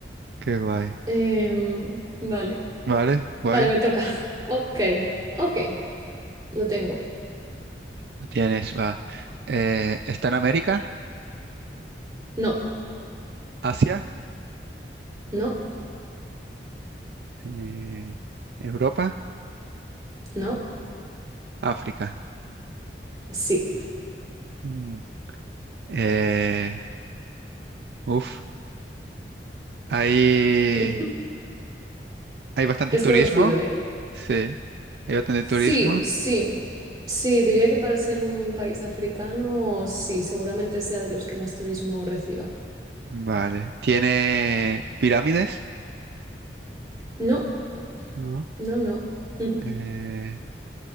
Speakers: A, on the right; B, on the right.
A: qué guay.
B: em, vale,
A: Vale, guay.
B: vale, me toca. <laughs> Ok, ok, lo tengo.
A: Lo tienes, va. Eh, ¿está en América?
B: No,
A: ¿Asia?
B: no,
A: Eh, ¿Europa?
B: no,
A: ¿África?
B: sí.
A: Mm. Eh, uf. Hay,
B: <laughs>
A: hay bastante
B: Es
A: turismo.
B: conocido, ¿eh?
A: Sí, hay bastante
B: Sí,
A: turismo.
B: sí, sí, diría que para ser un país africano, sí, seguramente sea de los que más turismo reciba.
A: Vale. ¿Tiene pirámides?
B: No,
A: No.
B: no, no. <laughs>
A: Eh,